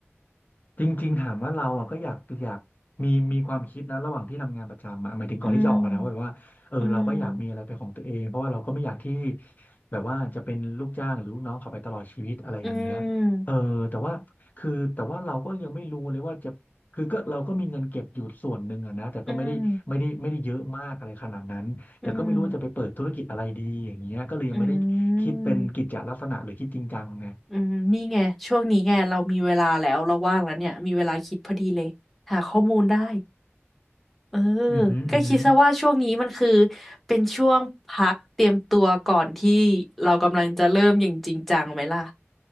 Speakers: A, on the left (about 40°); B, in the centre.
A: จริงๆถามว่าเราอ่ะก็อยากอยากมีมีความคิดนะระหว่างที่ทำงานประจำอะหมายถึงก่อนที่จะออกอะนะว่าแบบว่าเออเราก็อยากมีอะไรเป็นของตัวเองเพราะว่าเราก็ไม่อยากที่
B: อืมอืม
A: แบบว่าจะเป็นลูกจ้างหรือลูกน้องเขาไปตลอดชีวิตอะไรอย่างเงี้ยเออแต่ว่าคือแต่ว่าเราก็ยังไม่รู้เลยว่าจะคือก็เราก็มีเงินเก็บอยู่ส่วนหนึ่งอะนะแต่ก็ไม่ได้ไม่ได้ไม่ได้เยอะมากอะไรขนาดนั้นแต่ก็ไม่รู้ว่าจะไปเปิดธุรกิจอะไรดีอย่างเงี้ยก็เลยยังไม่ได้คิดเป็นกิจจลักษณะหรือคิดจริงจังไง
B: อืมอืมอืมอืมอืมนี่ไงช่วงนี้ไงเรามีเวลาแล้วเราว่างแล้วเนี่ยมีเวลาคิดพอดีเลยหาข้อมูลได้ เออ
A: อืมอหืมออืม
B: ก็คิดซะว่าช่วงนี้มันคือเป็นช่วงพักเตรียมตัวก่อนที่เรากำลังจะเริ่มอย่างจริงจังไหมล่ะ